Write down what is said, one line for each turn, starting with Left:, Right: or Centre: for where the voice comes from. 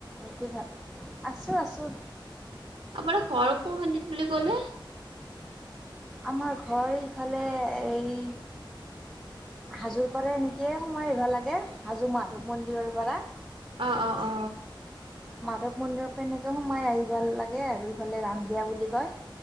Centre: ৰাতি ভাত, আছোঁ আছোঁ।
Right: আপোনাৰ ঘৰ কোন খিন্তিত বুলি কলে?
Centre: আমাৰ ঘৰ ইফালে এই হাজোৰ পাৰে এনেকেইে সোমাই আহিব লাগে হাজো মাক মন্দিৰৰ পৰা
Right: অ অ অ
Centre: মাধৱ মন্দিৰৰ পৰা এনেকে সোমাই আহিব লাগে আৰু ইফালে ৰামদিয়া বুলি কয়